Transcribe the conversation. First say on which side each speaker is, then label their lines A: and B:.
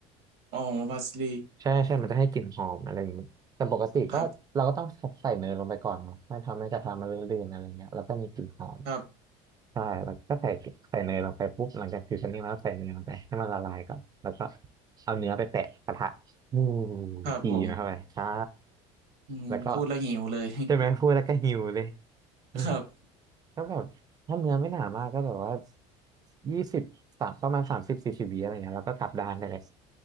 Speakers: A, on the right (about 75°); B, on the right (about 25°).
A: อ๋อพาสลี
B: ใช่ใช่มันจะให้กลิ่นหอมอะไรอย่างเงี้ยแต่ปกติก็เราก็ต้องใส่เนยลงไปก่อนเนาะไม่ทำให้กระทะมันเลื่อนๆอะไรเงี้ยแล้วก็มีกลิ่นหอม
A: ครับครับ
B: ใช่แล้วก็ใส่ใส่เนยลงไปปุ๊บหลังจากฟิวชั่นนิ่งแล้วใส่เนยลงไปให้มันละลายก่อนแล้วก็เอาเนื้อไปแปะกระทะอู้
A: ครับผม
B: จีนะครับไปใช่
A: อืมพูดแล้วหิวเลย
B: แล้วก็ใช่ไหมพูดแล้วก็หิวเลย
A: <laughs>
B: นี่
A: ครับ
B: ก็แบบถ้าเนื้อไม่หนามากก็แบบว่ายี่สิบสามประมาณสามสิบสี่สิบวิอะไรเงี้ยแล้วก็กลับด้านได้เลย